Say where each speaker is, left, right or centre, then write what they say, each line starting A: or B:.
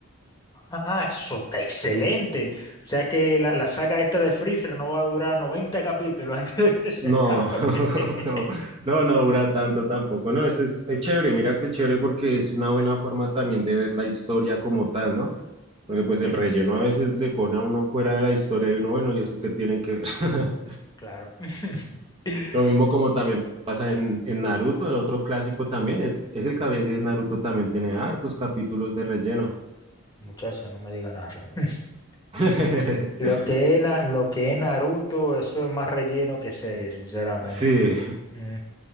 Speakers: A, on the left (about 20°); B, on the right (about 25°).
A: Ah, eso está excelente. O sea que la, la saga esta de Freezer no va a durar 90 capítulos <laughs> antes de que se
B: No,
A: acabe.
B: <laughs>
A: <laughs>
B: no, no, no dura tanto tampoco. No, eso es, es chévere, mira que chévere porque es una buena forma también de ver la historia como tal, ¿no? Porque pues
A: Sí,
B: el relleno a veces le pone a uno fuera de la historia y uno, bueno, ¿y eso qué tienen que ver? <laughs>
A: claro. <laughs>
B: Lo mismo como también pasa en, en Naruto, el otro clásico también. e- Ese cabeza de Naruto también tiene hartos capítulos de relleno.
A: Muchacha, no me diga nada. <laughs>
B: <laughs>
A: Lo que es, Na- lo que es Naruto, eso es más relleno que serie, sinceramente.
B: Sí,
A: Mm,